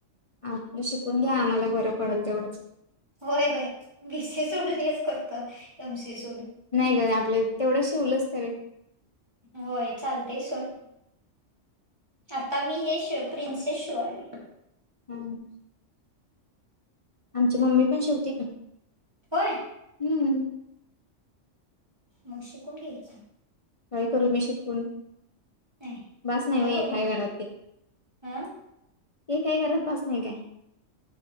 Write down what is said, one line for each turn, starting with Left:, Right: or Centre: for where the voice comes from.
Left: आपलं शिकून घ्या आम्हाला बरं पडेल तेवढंच
Right: होय होय भीसे सोडून हेच कर तर एम सी एस
Left: नाही ग आपल तेवढंच शिवलंस तरी.
Right: होय चालते सोड आता मी हे शिव प्रिन्सेस शिवालोय.
Left: हा. आमची मम्मी पण शेवती का?
Right: होय
Left: हम्म.
Right: मग शिकून घ्यायच.
Left: काय करू मी शिकून?
Right: नाही
Left: बास नाही
Right: काय
Left: व्हय
Right: करू
Left: एक
Right: मग
Left: हाय घरात ते
Right: हा
Left: एक आहे घरात बास नाही काय?